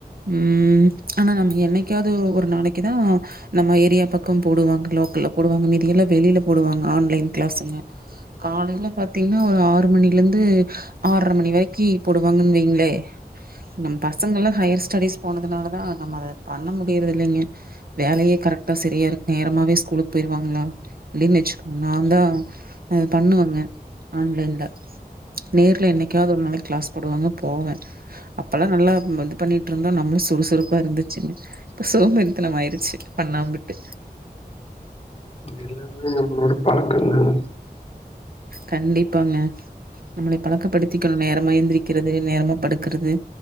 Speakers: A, on the right; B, on the left.
A: உம் ஆனா நம்ம என்னைக்காவது ஒரு நாளைக்கு தான் நம்ம ஏரியா பக்கம் போடுவாங்க லோக்கல்ல போடுவாங்க மீதியெல்லாம் வெளியில போடுவாங்க ஆன்லைன் கிளாஸங்க காலையில பாத்தீங்கன்னா ஒரு ஆறு மணிலந்து ஆர மணி வரைக்கு போடுவாங்கன்னு வைங்களே நம்ம பசங்கலாம் ஹையர் ஸ்டடிஸ் போனதுனால தான் நம்ம அதை பண்ண முடியறது இல்லைங்க வேலையே கரெக்டா சரியா இருக்கு நேரமவே ஸ்கூலுக்கு போயிருவாங்களா அப்டின்னு வச்சுக்கோங்க நான் தான் அது பண்ணுவாங்க ஆன்லைன்ல நேர்ல என்னைக்காவது ஒரு நாளைக்கு கிளாஸ் போடுவாங்க போவே அப்பல்லாம் நல்லா இது பண்ணிட்டு இருந்தோம் நம்மளும் சுறுசுறுப்பா இருந்துச்சுங்கா இப்ப சோம்பறித்தனம் ஆயிடுச்சு பண்ணாமவிட்டு
B: எல்லாமே நம்பளோட பலகோ என்ன
A: கண்டிப்பாங்க நம்மள பழக்கப்படுத்திக்கணும் நேரமா எந்திரிக்கிறது நேரமா படுக்குறது